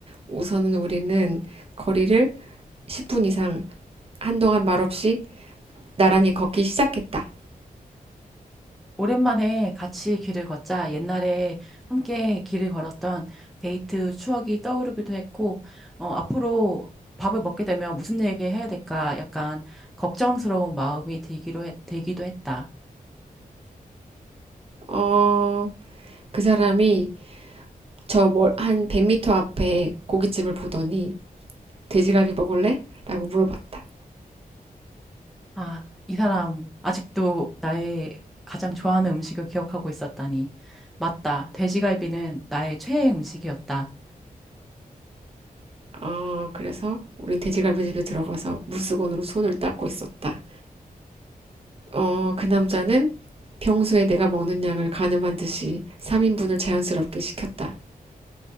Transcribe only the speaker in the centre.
오랜만에 같이 길을 걷자 옛날에 함께 길을 걸었던 데이트 추억이 떠오르기도 했고, 어, 앞으로 밥을 먹게 되면 무슨 얘기 해야 될까 약간 걱정스러운 마음이 들기로 했, 들기도 했다.
아, 이 사람 아직도 나의 가장 좋아하는 음식을 기억하고 있었다니. 맞다. 돼지갈비는 나의 최애 음식이었다.